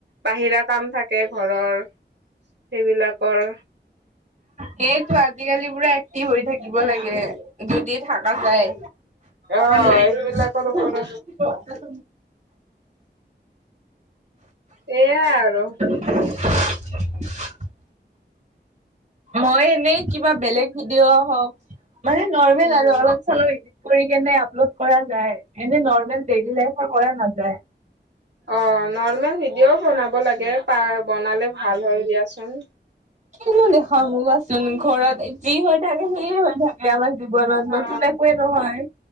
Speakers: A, on the right; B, on the right.
A: বাহিৰা কাম থাকে ঘৰৰ, সেইবিলাকৰ
B: সেয়েটো আজিকালি পুৰা এক্টিভ হৈ থাকিব
A: উম
B: লাগে, যদি থাকা যায়।
A: অ
B: অনলাইনত।
A: সেইবিলাকৰ ওপৰত এয়া আৰু।
B: <inaudible> মই এনেই কিবা বেলেগ ভিডিঅ' হওঁক মানে নৰ্মেল
A: উম
B: আৰু অলপ <unintelligible> কৰি কেনে আপল'ড কৰা যায়, এনে নৰ্মেল ডেইলি লাইফৰ কৰা নাযায়।
A: অ, নৰ্মেল ভিডিঅ'ও বনাব লাগে পাৰ বনালে ভাল হয় দিয়াচোন।
B: কিনো দেখাম কোৱাচোন ঘৰত যি হৈ থাকে, সেইয়ে হৈ থাকে আমাৰ জীৱনত
A: অ
B: নতুন একোৱেই নহয়।